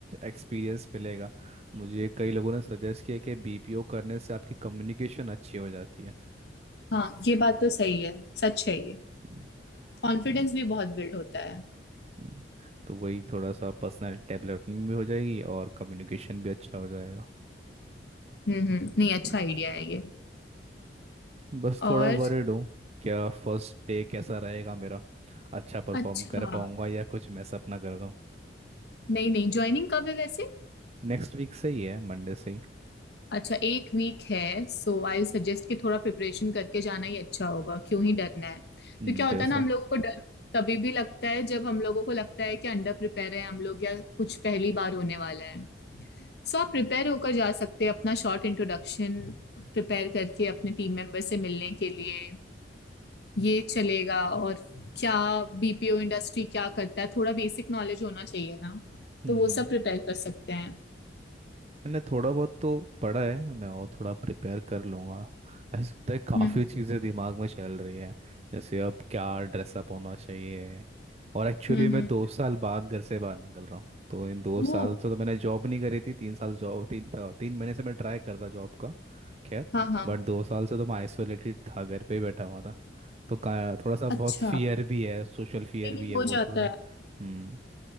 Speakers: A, on the right; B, on the left.
A: एक्सपीरियंस मिलेगा मुझे कई लोगों ने सजेस्ट किया कि बीपीओ करने से आपकी कम्युनिकेशन अच्छी हो जाती है
B: हाँ ये बात तो सही है सच है ये
A: हम्म,
B: कॉन्फिडेंस
A: लेकिन
B: भी बहुत बिल्ड होता है
A: हम्म, तो वही थोड़ा सा पर्सनल डेवलपमेंट भी हो जाएगी और कम्युनिकेशन भी अच्छा हो जाएगा
B: हम्म हम्म नहीं अच्छा
A: हम्म,
B: आइडिया है ये
A: बस
B: और
A: थोड़ा वरिड हूँ क्या फर्स्ट डे कैसा रहेगा मेरा अच्छा परफॉर्म
B: अच्छा
A: कर पाऊंगा या कुछ मैं सपना कर दूँ
B: नहीं नहीं ज्वाइनिंग कब है वैसे
A: नेक्स्ट वीक से ही है मंडे से ही
B: अच्छा एक वीक है सो आई सजेस्ट कि थोड़ा प्रिपरेशन करके जाना ही अच्छा होगा क्यों ही डरना है
A: हम्म,
B: तो क्या होता
A: जैसे
B: है ना हम लोगों को डर तभी भी लगता है जब हम लोगों को लगता है कि अंडर प्रिपेयर है हम लोग या कुछ पहली बार होने वाला है सो आप प्रिपेयर होकर जा सकते हैं अपना शॉर्ट इंट्रोडक्शन प्रिपेयर करके अपने टीम मेंबर से मिलने के लिए ये चलेगा और क्या बीपीओ इंडस्ट्री क्या करता है थोड़ा बेसिक नॉलेज होना चाहिए ना
A: हम्म
B: तो वो सब प्रिपेयर कर सकते हैं
A: मैंने थोड़ा बहुत तो पढ़ा है मैं और थोड़ा प्रिपेयर कर लूँगा ऐसा लगता है काफ़ी
B: हम्म
A: चीज़ें दिमाग में चल रही है जैसे अब क्या ड्रेसअप होना चाहिए और एक्चुअली
B: हम्म
A: मैं
B: हम्म
A: दो साल बाद घर से बाहर निकल रहा हूँ तो इन दो साल
B: ओ
A: से तो मैंने जॉब नहीं करी थी तीन साल जॉब तीन तीन महीने से मैं ट्राई करता जॉब का खैर
B: हाँ हाँ
A: बट दो साल से तो मैं आइसोलेटेड था घर पे ही बैठा हुआ था तो का थोड़ा सा बहुत
B: अच्छा
A: फियर भी है सोशल फियर
B: ये भी
A: भी है
B: हो
A: वो
B: जाता
A: थोड़ा सा
B: है
A: हम्म